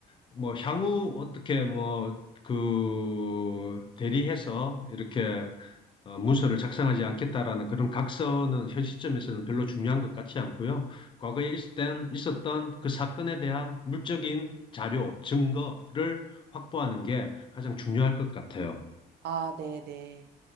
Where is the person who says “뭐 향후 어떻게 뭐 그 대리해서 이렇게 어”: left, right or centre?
Left